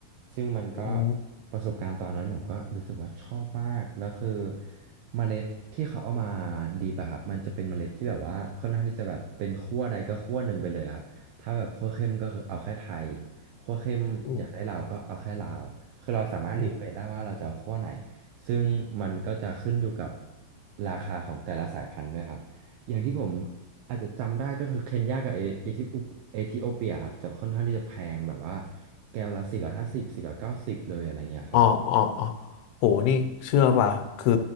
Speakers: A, on the right; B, on the left.
A: ซึ่งมันก็
B: อืม
A: ประสบการณ์ตอนนั้นผมก็รู้สึกว่าชอบมากแล้วคือเมล็ดที่เขาเอามาดิบอะครับมันจะเป็นเมล็ดที่แบบว่าค่อนข้างที่จะแบบเป็นขั้วใดก็ขั้วหนึ่งไปเลยครับถ้าแบบขั้วเข้มก็คือเอาแค่ไทยขั้วเข้มอยากได้ลาวก็เอาแค่ลาวคือเราสามารถรีเควสได้ว่าเราจะเอาขั้วไหน
B: อืมอืม
A: ซึ่งมันก็จะขึ้นอยู่กับราคาของแต่ละสายพันธุ์ด้วยครับอย่างที่ผมอาจจะจำได้ก็คือเคนยากับเอเอธิโอเอธิโอเปียครับจะค่อนข้างที่จะแพงแบบว่าแก้วละสี่ร้อยห้าสิบสี่ร้อยเก้าสิบเลยอะไรเงี้ยครับผม
B: อ๋ออ๋ออ๋อโหนี่เชื่อป่ะ คือ